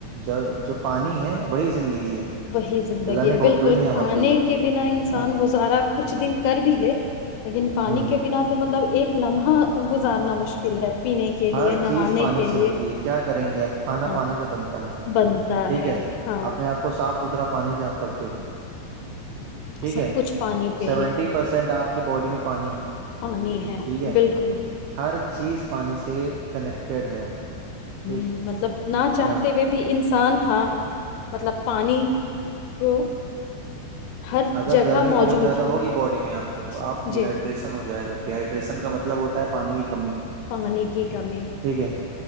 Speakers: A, on the right; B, on the left.
A: جو جو پانی ہے وہی زندگی <unintelligible>
B: وہی زندگی
A: اللہ نے
B: ہے بالکل
A: بہت بڑی
B: کھانے
A: نعمت دی ہے
B: کے بنا انسان
A: نا
B: گزارا کچھ دن کر بھی لے لیکن پانی
A: ہ
B: کے بنا تو مطلب ایک لمحہ گزارنا مشکل ہے پینے کے لیے
A: ہر
B: نہانے
A: چیز پانی
B: کے لیے
A: سے ہوتی ہے کیا کریں گے آپ کھانا
B: ہاں
A: پانی سے بنتا ہے
B: بنتا
A: ٹھیک ہے
B: ہاں
A: اپنے آپ کو صاف ج طر پانی جاپ کرتے ہیں ٹھیک
B: سب
A: ہے
B: کچھ پانی پہ
A: سیونٹی
B: ہی
A: پرسینٹ آپ کی باڈی میں پانی ہے
B: پانی
A: ٹھیک ہے
B: بالکل
A: ہر چیز پانی سے کنیکٹیڈ ہے
B: ہ
A: ٹھیک
B: مطلب نہ چاہتے
A: ہے نا
B: ہوئے بھی ان نقسان ہاں مطلب پانی کو ہر
A: اگر
B: جگہ
A: گرمی
B: موجود
A: بہت زیادہ ہوگی باڈی میں آپ سے تو آپ
B: ہے
A: کو
B: جی
A: ڈییہائڈریشن ہو جائے گا ہائڈریشن کا مطلب ہوتا ہے پانی کی کمی
B: پانی کی کمی
A: ٹھیک ہے